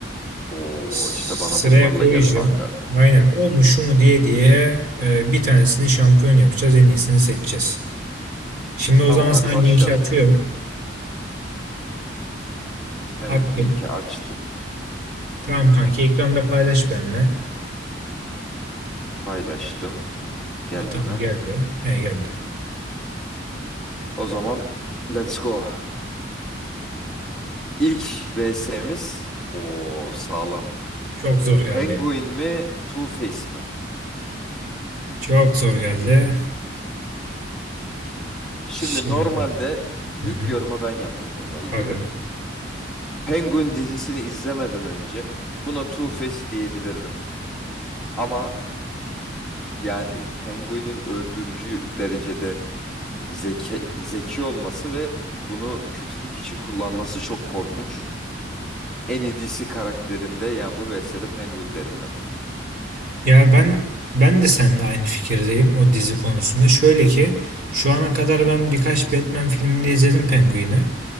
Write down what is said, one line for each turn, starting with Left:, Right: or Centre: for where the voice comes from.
Centre: Oo
Right: S-
Centre: işte bana
Right: Sıraya
Centre: bunlarla
Right: koyacağım.
Centre: gel kanka.
Right: Aynen o mu şu mu diye diye e, bir tanesini şampiyon yapacağız. En iyisini seçeceğiz. Şimdi o
Centre: Tamam
Right: zaman
Centre: hadi
Right: sana linki
Centre: başlayalım.
Right: atıyorum.
Centre: Evet
Right: Attım.
Centre: linki açtım.
Right: Tamam
Centre: Tamam
Right: kanki ekranda paylaş benimle.
Centre: paylaştım. Geldi
Right: Ha, tamam
Centre: mi?
Right: geldi. He geldi.
Centre: O zaman let's go. İlk VS'miz o sağlam.
Right: Çok zor geldi.
Centre: Penguin mi Two-Face mi?
Right: Çok zor geldi.
Centre: Şimdi
Right: Şimdi.
Centre: normalde ilk
Right: Hı hı.
Centre: yoruma ben yapayım bununla ilgili.
Right: Abi.
Centre: Penguin dizisini izlemeden önce buna Two-Face diyebilirdim. Ama yani Penguin'in öldürücü derecede zeki, zeki olması ve bunu kötülük için kullanması çok korkunç. En iyi karakterinde yani bu VS'de Penguin derim ben.
Right: Ya ben ben de seninle aynı fikirdeyim o dizi konusunda. Şöyle ki şu ana kadar ben birkaç Batman filminde izledim Penguin'i.